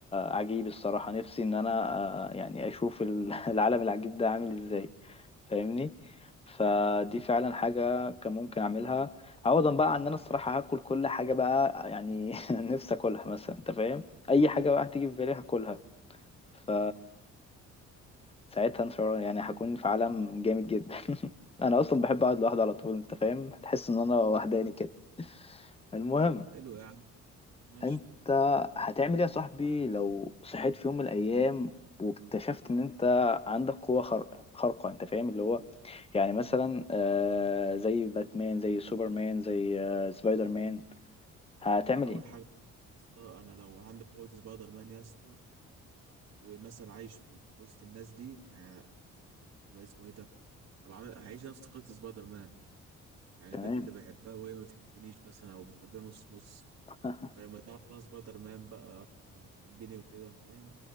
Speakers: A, on the left (about 20°); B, on the right (about 60°).
A: عجيب الصراحة نفسي إن أنا آه يعني أشوف ال- <laughs> العالم العجيب ده عامل إزاي فاهمني فدي فعلا حاجة كان ممكن أعملها عوضا بقى عن إن أنا الصراحة هاكل كل حاجة بقى يعني <laughs> نفسي أكلها مثلا أنت فاهم أي حاجة بقى هتيجي في بالي هاكلها ف ساعتها ان شاء الله يعني هكون في عالم جامد جدا <laughs> انا اصلا بحب اقعد لوحدي على طول انت فاهم هتحس ان انا وحداني كده المهم
B: حلو يا عم ماشي
A: انت هتعمل ايه يا صاحبي لو صحيت في يوم من الايام واكتشفت ان انت عندك قوة خر- خارقة انت فاهم اللي هو يعني مثلا آه زي باتمان زي سوبرمان زي آه سبايدر مان هتعمل
B: انا اول
A: ايه
B: حاجه يا اسطى انا لو عندي قوه سبايدر مان يا اسطى ومثلا عايش في وسط الناس دي يعني هبقى اسمه ايه ده هبقى عامل هعيش نفس قصه سبايدر مان يعني
A: تمام
B: البنت اللي بحبها وهي ما بتحبنيش مثلا او بتحبني نص نص
A: <laughs>
B: فلما تعرف ان انا سبايدر مان بقى هتحبني وكده فاهم